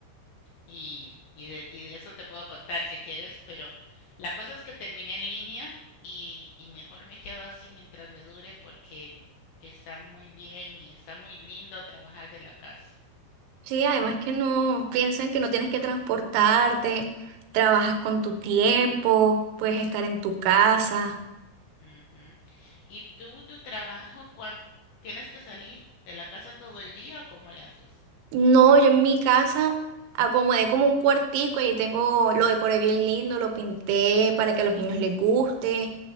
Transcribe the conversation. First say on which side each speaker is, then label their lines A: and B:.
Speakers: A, on the left (about 80°); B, on the right (about 80°).
A: Y, y, de, y de eso te puedo contar si quieres, pero la cosa es que terminé en línea y, y mejor me quedo así mientras me dure porque está muy bien y está muy lindo trabajar de la casa.
B: Sí, además que no piensan que no tienes que transportarte, trabajas con tu tiempo, puedes estar en tu casa.
A: Ujú. ¿Y tú, tu trabajo, cuando tienes que salir de la casa todo el día o cómo le haces?
B: No, yo en mi casa acomodé como un cuartico y tengo, lo decoré bien lindo, lo pinté para que a los niños les guste,